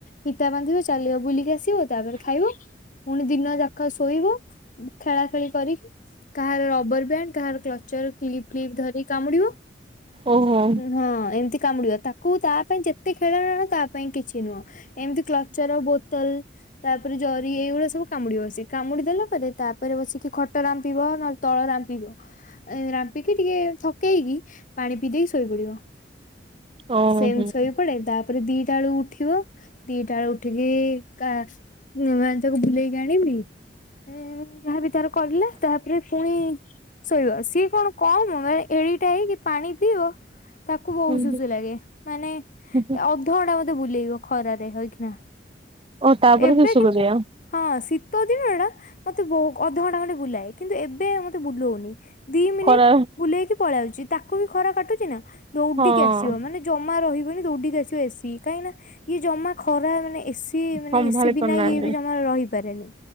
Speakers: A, on the left; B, on the right.
A: ଫିତା ବାନ୍ଧିବ ଚାଲିବ ବୁଲିକି ଆସିବ ତାପରେ ଖାଇବ। ପୁଣି ଦିନ ଯାକ ଶୋଇବ ଖେଳା ଖେଳି କରିକି କାହାର ରବର ବ୍ୟାଣ୍ଡ କାହାର କ୍ଲଚର୍ କ୍ଲିପ୍ ଫ୍ଲିପ୍ ଧରି କାମୁଡିବ।
B: ଓହୋ
A: ହଁ ଏମିତି କାମୁଡିବ ତାକୁ ତା ପାଇଁ ଯେତେ ଖେଳଣା ଆଣ ତା ପାଇଁ କିଛି ନୁହଁ। ଏମିତି କ୍ଲଚର ବୋତଲ୍ ତାପରେ ଜରି ଏଇଭଳିଆ ସବୁ କାମୁଡିବ ସେ କାମୁଡି ଦେଲା ପରେ ତାପରେ ବସିକି ଖଟ ରାମ୍ପିବ ନହେଲେ ତଳ ରାମ୍ପିବ। ରାମ୍ପିକି ଟିକେ ଥକେଇକି ପାଣି ପିଇଦେଇ ଶୋଇପଡିବ।
B: ଓହୋ
A: ସେମିତ ସୋଇପଡେ ତା ପରେ ଦିଟା ବେଳୁକୁ ଉଠିବ ଦିଟା ବେଳୁ ଉଠିକି କା ମାନେ ତାକୁ ବୁଲେଇକି ଆଣିବି ଯାହାବି ତାର କଲେ ତାପରେ ପୁଣି ଶୋଇବ। ସି ଇଏ କଣ କମ ମାନେ ଏଡିକିଟା ହେଇକି ପାଣି ପିଇବ ତାକୁ ବହୁ
B: ହୁଁ
A: ଶୁଶୁ ଲାଗେ ମାନେ
B: ହୁଁ।
A: ଅଧଘଣ୍ଟା ମତେ ବୁଲେଇବ ଖରାରେ ହେଇକିନା।
B: ଓ ତାପରେ
A: ଏବେ
B: ଶେଷ
A: କିନ୍ତୁ
B: କରିବା
A: ହଁ ଶୀତ ଦିନ ଟା ମତେ ବହୁତ ଅଧଘଣ୍ଟା ଖଣ୍ଡେ ବୁଲାଏ। କିନ୍ତୁ ଏବେ ମତେ ବୁଲଉନି ଦି ମିନିଟ୍
B: ଖରା
A: ବୁଲେଇକି ପଳି ଆସୁଛି ତାକୁ ବି ଖରା କାଟୁଛି ନା। ଦୌଡିକି
B: ହଁ
A: ଆସିବ ମାନେ ଜମା ରହିବନି ଦୌଡିକି ଆସିବ ଏସି। କାହିଁକି ନା ଇଏ ଜମା ଖରା ମାନେ ଏସି ଇଏ ମାନେ
B: ସମ୍ଭାଳି
A: ଏସି ବିନା
B: ପାରୁନାହାନ୍ତି
A: ଇଏ ବି ଜମା ରହିପାରେନି